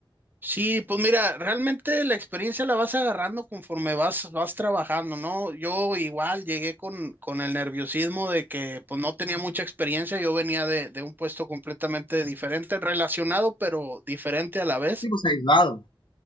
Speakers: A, on the right; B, on the left.
A: Sí, pues mira, realmente la experiencia la vas agarrando conforme vas, vas trabajando, ¿no? Yo igual llegué con, con el nerviosismo de que pues no tenía mucha experiencia, yo venía de, de un puesto completamente diferente, relacionado pero diferente a la vez.
B: Sí, pues aislado.